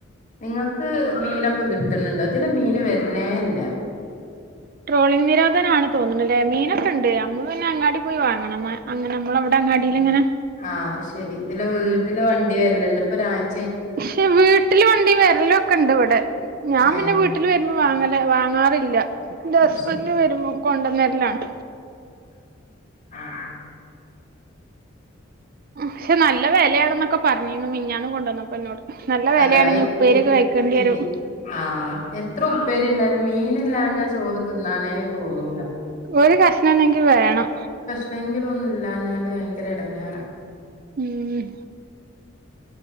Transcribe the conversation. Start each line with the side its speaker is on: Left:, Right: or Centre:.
Left: നിങ്ങൾക്ക് മീനൊക്കെ കിട്ടുന്നുണ്ടോ ഇതിലെ മീൻ വെര്ണേ ഇല്ല
Right: ട്രോളിംഗ് നിരോധന ആണ് തോന്ന്ണ്ല്ലേ മീനൊക്കെണ്ട് അമ്മള് പിന്നെ അങ്ങാടി പോയി വാങ്ങണം മ്മെ അങ്ങനെ മ്മളവ്ടെ അങ്ങാടില് ഇങ്ങനെ
Left: ആഹ് ശെരി ഇതിലെ വീട്ടില് വണ്ടി വെര്ല്ണ്ട് ഇപ്പൊരായ്
Right: ഷെ വീട്ടില് വണ്ടി വെര്ലൊക്കെണ്ട് ഇവടെ ഞാൻ പിന്നെ
Left: ഏഹ്
Right: വീട്ട്ല് വ ര്മ്പൊ വാങ്ങല് വാങ്ങാറില്ല ന്റെ
Left: ആഹ്
Right: ഹസ്ബൻഡ്
Left: ശരി
Right: വരുമ്പോ കൊണ്ടെന്നെര്ലാണ്
Left: ആഹ് ആഹ്
Right: ളം ക്ഷെ നല്ല വെലെണ്ന്നൊക്കെ പറഞ്ഞിരുന്നു മിഞ്ഞാന്ന് കൊണ്ടുവന്നപ്പോ ന്നോട് അഹ് വെലെണ്
Left: അതായിരിക്കും
Right: ഞ് ഉപ്പേരിയൊക്കെ കഴിക്കേണ്ടിയെരും
Left: ഇത് ആഹ് എത്ര ഉപ്പേരി ണ്ടായാലും മീനില്ലാ ഞാ ചോറ് തിന്നാനേ തോന്നൂല
Right: ഒരു കഷ്ണംണെങ്കി വേണം
Left: എപ്പയെങ്കിലും ഒന്നില്ലാഞ്ഞാല് ഭയങ്കര എടങ്ങേറാ
Right: ഉം